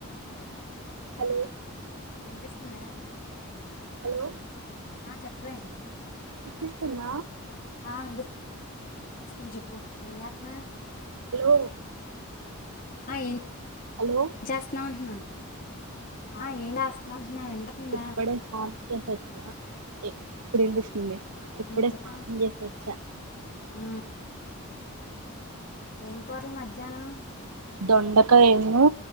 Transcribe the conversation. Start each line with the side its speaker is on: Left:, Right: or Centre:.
Left: Hello
Right: hello
Left: వినిపిస్తుంద
Right: hello
Left: ఆ చెప్పు వే
Right: వినిపిస్తుంద
Left: ఆ వినిపిస్తుంది చెప్పు ఏ చేతన్నావ్
Right: హలో
Left: ఆ ఏం
Right: హలో
Left: చేస్తున్నావు అంటున్నా ఆ ఏం చేస్తున్నావ్ అంటున్న వింటున్న
Right: ఇప్పుడే <inaudible>
Left: చెప్ప
Right: స్నానం చేసొచ్చా
Left: ఉ ఏం కోరలు మధ్యానం
Right: దొండకయ ను ఏమో